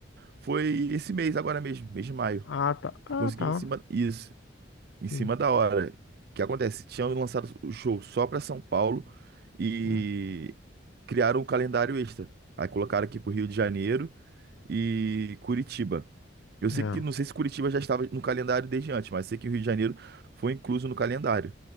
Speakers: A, on the right; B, on the left.
A: Foi esse mês agora mesmo, mês de maio.
B: Ah, tá. Ah,
A: Consegui
B: tá.
A: ir em cima isso. em
B: Sim.
A: cima da hora. O que acontece? Tinham lançado o show só para São Paulo e
B: Hum.
A: criaram um calendário extra. Aí colocaram aqui pro Rio de Janeiro e Curitiba. Eu sei
B: É,
A: que, não sei se Curitiba já estava no calendário desde antes, mas sei que o Rio de Janeiro foi incluso no calendário.